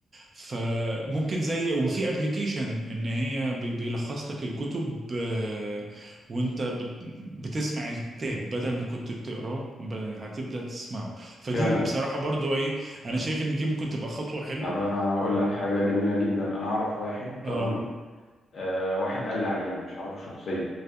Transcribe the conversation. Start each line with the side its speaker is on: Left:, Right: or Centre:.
Right: فممكن زي وفي ابلكيشن ان هي بي- بيلخص لك الكتب آه، وانت بت- بتسمع الكتاب بدل ما كنت بتقراه بدل- هتبدأ تسمعه فدي
Left: فعلا
Right: بصراحة برضو إيه، انا شايف ان دي ممكن تبقى خطوة حلوة
Left: طب انا اقول
Right: يعني
Left: لك حاجه جميله جدا انا اعرف واحد تمام
Right: اه
Left: آه واحد قال لي عليه يعني مش عارفه شخصيا